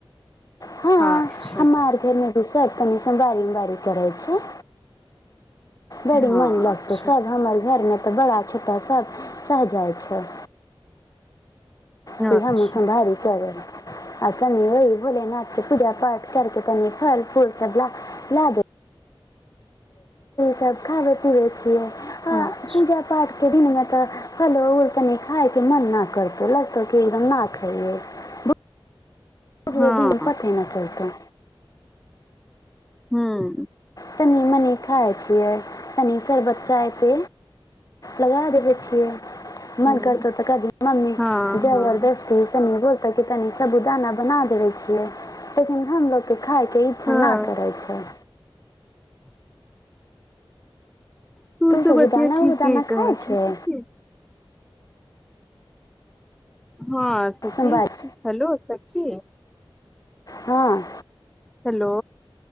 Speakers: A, on the left; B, in the centre.
A: हँ
B: अच्छा
A: हम घर मे भीस तनि सोमवारी उम बारी करै छै बड़ी
B: हँ
A: मोन लगतै
B: अच्छा
A: सब हमर घर में तऽ बड़ा छोटा सभ सहजइत अच्छा कि
B: अच्छा
A: हमहूँ सोमवारी कएलेलौं आ तनी वहि भोले नाथके पूजा पाठ करके तनी फल फूल सब ल ला दे सब खाबै पिबैइ छियै आ
B: अच्छा
A: पूजा पाठके दिनमें तऽ फ तनी खायके मन ना करतौ लगतौ क एकदम न खइअइ अगले
B: हँ
A: दिन पते न चलतै
B: हूंअ्
A: तनि मनी खाइ छियै तनी सरबत चाय पे लगा देबै छियै
B: हूँ
A: मन करतौ तऽ कभी मम्मी
B: हँ
A: जबरदस्ती
B: हँ
A: तनी बोलतौ कि तनी सबूदाना बना देबौ छियै लेकिन हमलोगके खायके इच्छा
B: हँ
A: ना करैइ छैइ
B: <inaudible> तू तऽ
A: साबूदाना
B: बतिया ठीक
A: उबूदाना
B: कह
A: खाइ छै
B: छ ठीके हां सखी
A: सोमवारी
B: हेलो सखी
A: हँअ्
B: हेलो